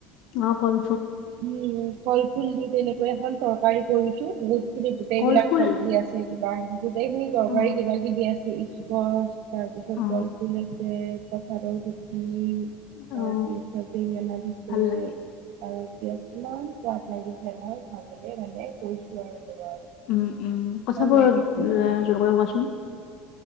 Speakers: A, on the left; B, on the right.
A: অ, কল
B: উম, কলফুল দি তেনেকুৱা এখন তৰকাৰী কৰিছো বহুত খিনি গোটেইবিলাক
A: কলফুল
B: চব্জি আছে কিবা গোটেইখিনি তৰকাৰী
A: অ
B: কিবা-কিবি আছে ইচকচ, তাৰ পিছত
A: অ
B: কলফুল আছে, কঁঠালৰ গুটি,
A: অ
B: তাৰপিছত <unintelligible> দিছে
A: ভাল লাগে
B: আৰু ইয়াত কিমান সোৱাদ লাগিছে নহয় খাবলে ভালে কৈছো আৰু তোমাক।
A: উম-উম কথাবোৰ
B: ভাল লাগিল
A: অলপ <unintelligible>
B: ভালে লাগিছে
A: যোৰকৈ কোৱাচোন?